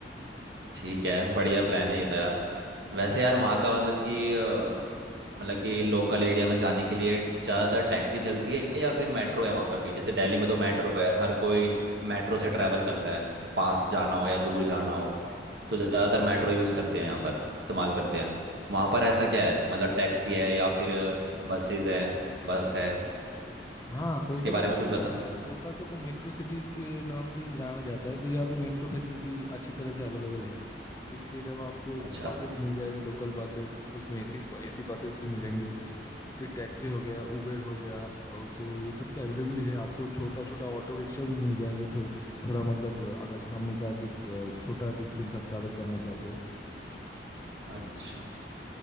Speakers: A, on the right (about 70°); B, on the left (about 20°).
A: ठीक है बढ़िया प्लान है ये तो यार वैसे यार वहाँ का मतलब कि अ, मतलब कि लोकल एरिया में जाने के लिए ज़्यादातर टैक्सी चलती है या फिर मेट्रो है वहाँ पर भी जैसे दिल्ली में तो मेट्रो है हर कोई मेट्रो से ट्रैवल करता है पास जाना हो या दूर जाना हो तो ज़्यादातर मेट्रो यूज़ करते हैं यहाँ पर इस्तेमाल करते हैं वहाँ पर ऐसा क्या है मतलब टैक्सी है या फिर बसेज है बस है
B: हाँ कोलकाता
A: इसके बारे
B: में
A: में
B: तो
A: कुछ बता
B: अ, कोलकाता को मेट्रो सिटी के नाम से ही जाना जाता है तो यहाँ पे मेट्रो फैसिलिटी अच्छी तरह से अवेलेबल है इसके अलावा आपको
A: अच्छा
B: बसेस मिल जाएगा लोकल बसेस उसमें एसी एसी बसेस भी मिलेंगे फिर टैक्सी हो गया उबेर हो गया और तो ये सब तो अवेलेबल है आपको छोटा छोटा ऑटो रिक्शा भी मिल जाएंगे थो, थोड़ा मतलब अ, अगर सामने का कुछ अ, छोटा डिस्टेंस आप ट्रैवल करना चाहते हैं
A: अच्छा